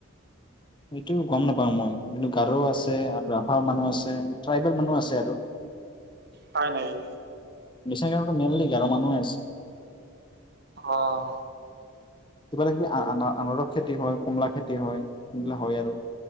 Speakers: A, on the left; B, on the right.
A: সেইটো গম নাপাওঁ মই। কিন্তু গাৰু আছে আৰু আ ঘৰ মানুহ আছে ট্ৰাইবেল মানুহ আছে আৰু।
B: হয় নেকি।
A: বিশ্বাগো মেইনলি গাৰু মানুহে আছে। <unintelligible>
B: আহ।
A: কিবা লাগলে আ আনাৰস খেতি হয় কমলা খেতি হয়। সেইবিলা হয় আৰু।